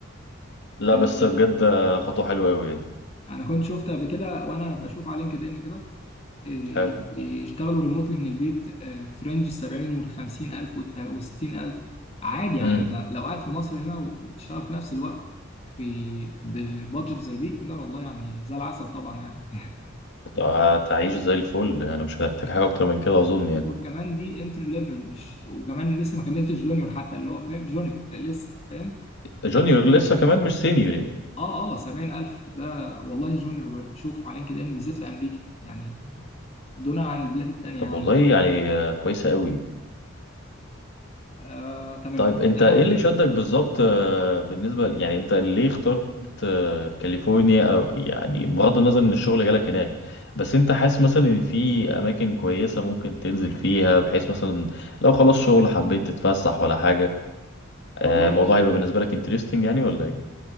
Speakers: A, on the left; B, on the left.
A: لا
B: ال...
A: بس بجد خطوه حلوه قوي يعني
B: انا كنت شفت قبل كده وانا بشوف على لينكد ان كده إيه،
A: حلو
B: بيشتغلوا ريموتلي من البيت آه، في رينج ال 70 وال 50 الف وال 60 الف عادي يعني
A: امم
B: انت لو قاعد في مصر هنا وبتشتغل في نفس الوقت في بادجت زي دي كده والله يعني زي العسل طبعا يعني
A: هتعيش زي الفل يعني مش هتحتاج حاجه اكتر من كده اظن يعني
B: وكمان دي انتري ليفل مش وكمان لسه ما كملتش جونيور حتى اللي هو فاهم جونيور لسه فاهم
A: جونيور
B: ف-
A: لسه كمان مش سينيور يعني
B: اه اه 70000 ده والله جونيور شوف على لينكد ان بالذات في امريكا يعني دون عن البلاد التانية
A: طب
B: يعني
A: والله يعني آه، كويسه قوي
B: آه تمام
A: طيب انت
B: انا
A: ايه اللي
B: دلوقتي
A: شدك بالظبط آه، بالنسبه ل- يعني انت ليه اخترت آه، كاليفورنيا او يعني بغض النظر ان الشغل جالك هناك بس انت حاسس مثلا ان في اماكن كويسه ممكن تنزل فيها بحيث مثلا لو خلاص شغل حبيت تتفسح ولا حاجه آه،
B: والله
A: الموضوع يبقى بالنسبه لك انترستنج يعني ولا ايه